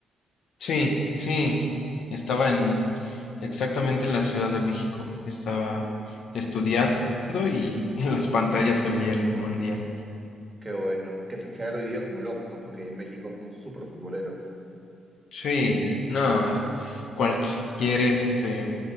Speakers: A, on the left; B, on the right.
A: sí, sí. Estaba en exactamente en la Ciudad de México. Estaba estudiando y <laughs> en las pantallas se veía el mundial.
B: Qué bueno. Que se se ha revivido como loco, ¿no? Porque en México son súper futboleros.
A: Sí, no, cualquier este